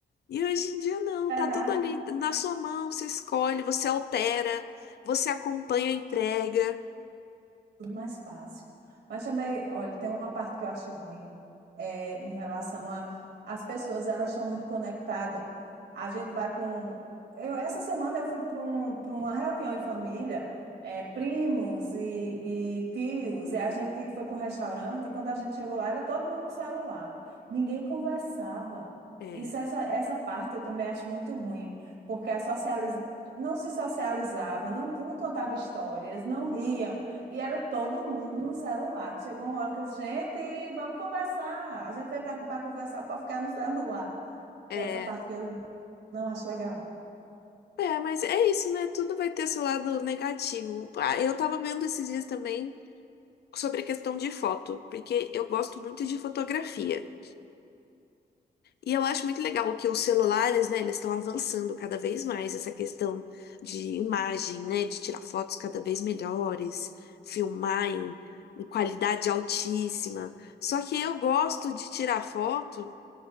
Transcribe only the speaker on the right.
Será?
tudo mais fácil. Mas também, olha, tem uma parte que eu acho ruim é, em relação a as pessoas, elas estão muito conectadas. A gente vai para um. Eu, essa semana eu fui para um, para uma reunião em família, é, primos e, e tios, e a gente foi para um restaurante, e quando a gente chegou lá, era todo mundo no celular. Ninguém conversava.
Isso, essa, essa parte eu também acho muito ruim, porque a socializ... não se socializava, não, não contava histórias, não ria. E era todo mundo no celular. Chegou uma hora que eu disse, gente, vamos conversar. A gente veio para aqui para conversar, para ficar no celular.
Tem essa parte que eu não acho legal.